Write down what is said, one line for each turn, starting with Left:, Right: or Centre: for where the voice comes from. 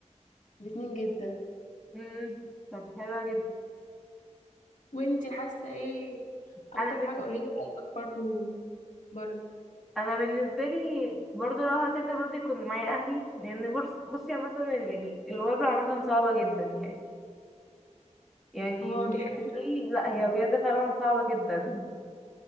Left: الاتنين جدا
Centre: امم طب حلوة جدا
Left: وانتي حاسة ايه أكتر
Centre: انا
Left: حاجة
Centre: بن...
Left: قريبة لقلبك برضو بره
Centre: انا بالنسبة لي برضه لو هسافر برضه يكون معايا اهلي لان بص بصي يعني مثلا يعني الغربة عامة صعبة جدا يعني يعني
Left: اه دي حقيقة
Centre: ايه لا هي بجد فعلا صعبة جدا